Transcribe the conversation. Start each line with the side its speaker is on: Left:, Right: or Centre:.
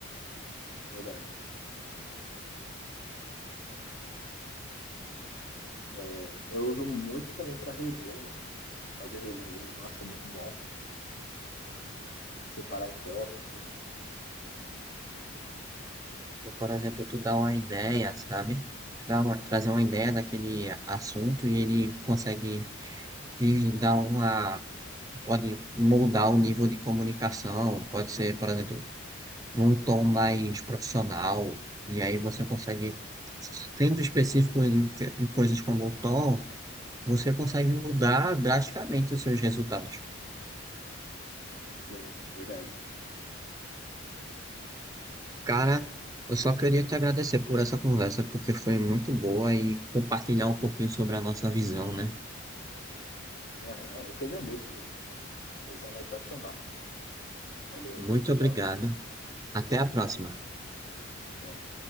Left: verdade. É, eu uso muito também para resumo, fazer resumo. Nossa, é muito bom. Separar em tópicos.
Right: Ou, Por exemplo, tu dá uma ideia, sabe? Dá uma- trazer uma ideia daquele assunto e ele consegue te dar uma. Pode moldar o nível de comunicação, pode ser, por exemplo, num tom mais profissional, e aí você consegue, sendo específico em, em coisas como o tom. você consegue mudar drasticamente os seus resultados.
Left: Sim, verdade.
Right: Cara, eu só queria te agradecer por essa conversa, porque foi muito boa e compartilhar um pouquinho sobre a nossa visão, né?
Left: Aham, eu que agradeço, Júlio. Precisando é só chamar. Valeu,
Right: Muito
Left: tchau,
Right: obrigado.
Left: tchau.
Right: Até a próxima.
Left: É.